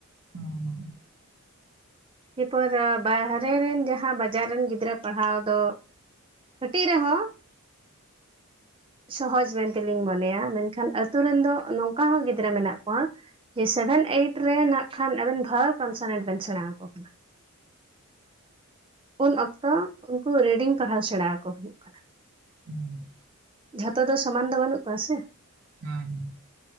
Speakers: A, on the right; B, on the right.
A: ᱦᱚᱸ ᱦᱚᱸ᱾
B: ᱤᱭᱟᱹ ᱯᱚᱨ ᱵᱟᱦᱨᱮ ᱨᱮᱱ ᱡᱟᱦᱟᱸ ᱵᱟᱡᱟᱨ ᱨᱮᱱ ᱜᱤᱫᱽᱨᱟᱹᱼᱼ ᱯᱟᱲᱦᱟᱣ ᱫᱚ ᱠᱟᱹᱴᱤᱡ ᱨᱮᱦᱚᱸᱼᱼ ᱥᱚᱦᱚᱡᱽ ᱢᱮᱱ ᱛᱮᱞᱤᱧ ᱢᱚᱱᱮᱭᱟ ᱢᱮᱱᱠᱷᱟᱱ ᱟᱹᱛᱩ ᱨᱮᱱ ᱫᱚ ᱱᱚᱝᱠᱟ ᱦᱚᱸ ᱜᱤᱫᱽᱨᱟᱹ ᱢᱮᱱᱟᱜ ᱠᱚᱣᱟ᱾ ᱡᱮ ᱥᱮᱵᱷᱮᱱ ᱮᱭᱤᱴ ᱨᱮᱱ ᱱᱟᱜ ᱠᱷᱟᱱ ᱟᱵᱮᱱ ᱵᱷᱟᱣᱮᱞ ᱠᱚᱱᱥᱮᱱᱮᱱᱴ ᱵᱮᱱ ᱥᱮᱬᱟ ᱣᱟᱠᱚ ᱠᱟᱱᱟ᱾ ᱩᱱ ᱚᱠᱛᱚ ᱩᱱᱠᱩ ᱨᱮᱰᱤᱝ ᱯᱟᱲᱦᱟᱣ ᱥᱮᱬᱟ ᱣᱟᱠᱚ ᱦᱩᱭᱩᱜ ᱠᱟᱱᱟ᱾
A: ᱦᱮᱸ᱾
B: ᱡᱷᱚᱛᱚ ᱫᱚ ᱥᱚᱢᱟᱱ ᱫᱚ ᱵᱟᱱᱩᱜ ᱠᱚᱣᱟ ᱥᱮ᱾
A: ᱦᱩᱸ ᱦᱩᱸ᱾